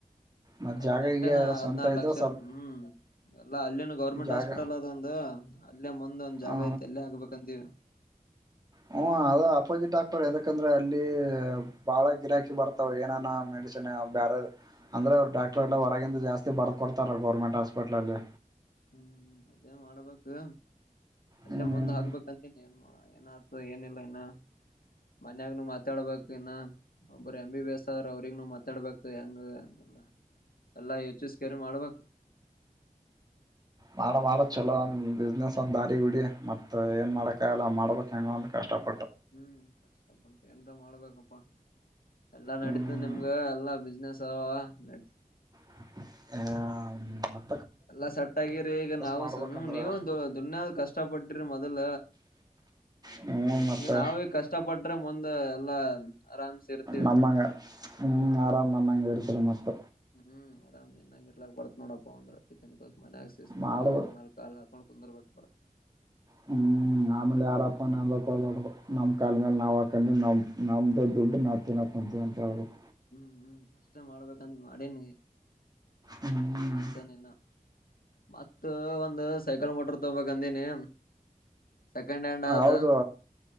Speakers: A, on the right; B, on the left.
A: ಮತ್
B: ಹದ್ನೆಂಟೇನ
A: ಜಾಗ ಈಗ ಸ್ವಂತ
B: ಹದ್ನಾರು
A: ಇದ್ರೆ
B: ಲಕ್ಷ
A: ಸ್ವಲ್ಪ
B: ಹ್ಮ್ ಎಲ್ಲ ಅಲ್ಲಿನು ಗೌರ್ಮೆಂಟ್
A: ಜಾಗ
B: ಹಾಸ್ಪಿಟಲ್ ಅದ ಒಂದು ಎಲ್ಲೇ ಮಂದ್ ಒಂದ್ ಜಾಗ
A: ಹ
B: ಐತೆ ಎಲ್ಲೇ ಹಗ್ಬೇಕಂತೀವಿ
A: ಹ್ಮ ಅದ ಅಪೋಸಿಟ್ ಆಕ್ಟರ್ ಯದಕಂದ್ರೆ ಅಲ್ಲಿ ಬಾಳ ಗಿರಾಕಿ ಬರ್ತಾವ ಏನಾನ ಮೆಡಿಸನ್ ಬೇರೆ ಅಂದ್ರೆ ಅವರು ಡಾಕ್ಟರ್ ಎಲ್ಲ ಹೊರಗಂದ ಜಾಸ್ತಿ ಬರ್ದಕ ಕೊಡ್ತಾರ ಗೌರ್ಮೆಂಟ್ ಹಾಸ್ಪಿಟ್ಲಲ್ಲಿ
B: ಹ್ಮ್ ಅದೇ ಮಾಡಬೇಕು ಅಲ್ಲೇ
A: ಹ್ಮ್
B: ಮುಂದ್ ಹಗ್ಬೇಕಂತನಿ ಏನ್ ಮಾಡ ಏನ ಆತು ಏನಿಲ್ಲ ಇನ್ನ ಮನ್ಯಾಗನುೂ ಮಾತಾಡ್ಬೇಕು ಇನ್ನ ಒಬ್ಬರು ಎಮ ಬಿ ಬಿ ಎಸ್ ಅವ್ರರು ಅವ್ರಿಗ್ನು ಮಾತಾಡ್ಬೇಕ ಹೆಂಗಂಗಿಲ್ಲ ಎಲ್ಲಾ ಯಚ್ಸ ಕೇರ್ ಮಾಡ್ಬೇಕ
A: ಬಾಳ ಬಾಳ ಚಲೋ ಬಿಸ್ನೆಸ್ ಅಂದ ದಾರಿ ಬಿಡಿ ಮತ್ ಏನ್ ಮಾಡಕಲ್ಲ ಮಾಡ್ಬೇಕಕ್ ಹೆಂಗಂದ ಕಷ್ಟ ಪ
B: ಹ್ಮ್ ಕಪ ಉಂಟ <inaudible> ಮಾಡ್ಬೇಕಪ್ಪ ಎಲ್ಲಾ ನಡತದ
A: ಹ್ಮ್
B: ನಿಮ್ಗ ಎಲ್ಲಾ ಬಿಸ್ನೆಸ್ ಸ ನ <inaudible>
A: ಹಾ
B: ಎಲ್ಲಾ ಸೆಟ್ ಆಗಿರಿ ಈಗ ನಾವು
A: ಮಾಡ್ಬೇಕಂದ್ರೆ
B: ನೀವು ದ ದುನ್ಯಾದ ಕಷ್ಟಪಟ್ಟಿರಿ ಮೊದಲ್
A: ಹ್ಮ ಮತ್ತೆ
B: ಈಗ ನಾವ ಈಗ ಕಷ್ಟಪಟ್ರೆ ಮೊ ದ ಎಲ್ಲಾ ಆರಾಮ್ಸ ಇರ್ತಿವಿ
A: ನಮ್ಮಂಗ ಹ್ಮ್ ಆರಾಮ್ ನಮ್ಮಂಗ ಇರ್ತೀರ ಮತ್ತ್
B: ಹ್ಮ್ ಆರಾಮ್ ನಿನ್ನಂಗ್ ಇರ್ಲಕ್ ಬಡತ ನೋಡಪ್ಪಾ ಒಂದು ರೊಟ್ಟಿ ತಿನ್ಬೇಕ್ ಮನ್ಯಾಗ ಶಿಸ್ತು
A: ಮಾಡು
B: ಕಾಲಿನ್ ಮೇಲ್ ಕಾಲ್ ಹಾಕೊಂಡು <unintelligible>
A: ಹ್ಮ್ ಆಮೇಲೆ ಯಾರಪ್ಪ ನ ಅನ್ ನಮ್ ಕಾಲ ಮೇ ನಾವ್ ಹಾಕೊಂಡ ನಮ್ ನಮ್ದ ದುಡ್ಡು ನಾವ್ ತಿನ್ನಕ್ಂತೀವಿ ಅಂತಳ್ಬೇಕ
B: ಹ್ಮ್ ಹ್ಮ್ ಅಷ್ಟೇ ಮಾಡ್ಬೇಕಂತ ಮಾಡಿನಿ
A: ಹ್ಮ್
B: ನ ಅದಾದಿನ ಮತ್ತ ಒಂದು ಸೈಕಲ್ ಮೋಟರ್ ತೊಗಬೇಕಂದೀನಿ ಸೆಕೆಂಡ್ ಹ್ಯಾಂಡ್ ಆದ
A: ಹೌದು